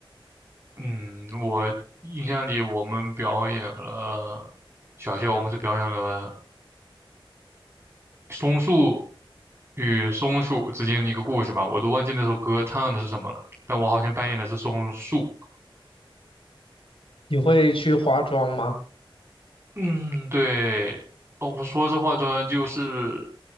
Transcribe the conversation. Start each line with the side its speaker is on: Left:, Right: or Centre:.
Right: 嗯，我印象里我们表演了，小学我们是表演了松树与松鼠之间的一个故事吧，我都忘记那首歌唱的是什么了，但我好像扮演的是松树。
Left: 你会去化妆吗？
Right: 嗯，对，哦，我说这化妆就是